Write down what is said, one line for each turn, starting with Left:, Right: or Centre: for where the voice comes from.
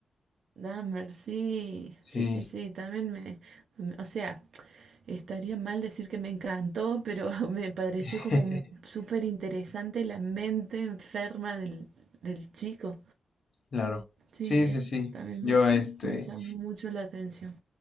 Right: Dahmer, sí,
Left: Sí,
Right: sí, sí, sí, también me, me- o sea, estaría mal decir que me encantó, pero <laughs> me pareció
Left: <laughs>
Right: como súper interesante la mente enferma del, del chico.
Left: claro.
Right: Sí,
Left: Sí, sí,
Right: esa
Left: sí.
Right: también
Left: Yo,
Right: me,
Left: este.
Right: me llamó mucho la atención.